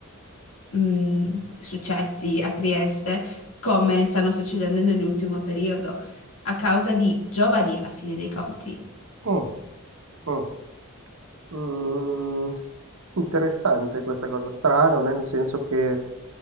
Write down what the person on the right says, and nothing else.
Mh, mh. Mhmm, s interessante questa cosa, strano nel senso che,